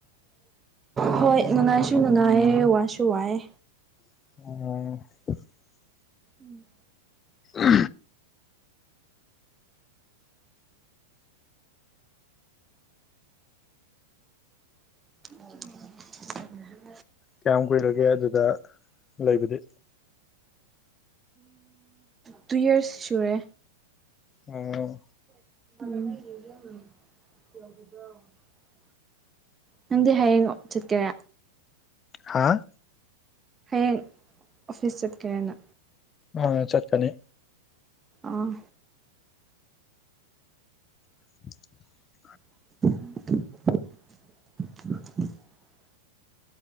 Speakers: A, on the right; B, on the left.
A: ꯍꯣꯏ ꯅꯨꯡꯉꯥꯏꯁꯨ ꯅꯨꯡꯉꯥꯏꯌꯦꯦ ꯋꯥꯁꯨ ꯋꯥꯑꯦ
B: ꯑ
A: ꯎꯝ
B: ꯎ
A: <inaudible>
B: ꯀꯌꯥꯝ ꯀꯨꯏꯔꯒꯦ ꯑꯗꯨꯗ ꯂꯩꯕꯗꯤ
A: ꯇꯨ ꯏꯔꯁ ꯁꯨꯔꯦ
B: ꯑꯣ
A: ꯌꯧꯔꯤꯕ꯭ꯔꯣ ꯅꯪꯗꯤ ꯍꯌꯦꯡꯉꯣ ꯆꯠꯀꯦꯔꯦ
B: ꯍꯥꯥ
A: ꯍꯌꯦꯡ ꯑꯣꯐꯤꯁ ꯆꯠꯀꯦꯅ
B: ꯑ ꯆꯠꯀꯅꯤ
A: ꯑꯥ
B: <unintelligible>
A: <unintelligible>